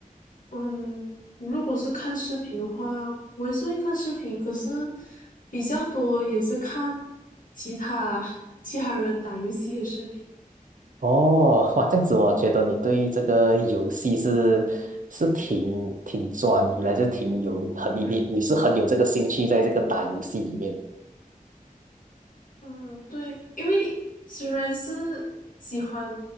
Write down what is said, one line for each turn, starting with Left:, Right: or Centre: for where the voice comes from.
Left: 嗯，如果是看视频的话，我也是会看视频，可是比较多也是看其他其他人打游戏的视频。
Right: 哦，哇，这样子我觉得你对这个游戏是是挺挺专一来就挺有很你你你是很有这个兴趣在这个打游戏里面。
Left: 嗯，对，因为虽然是喜欢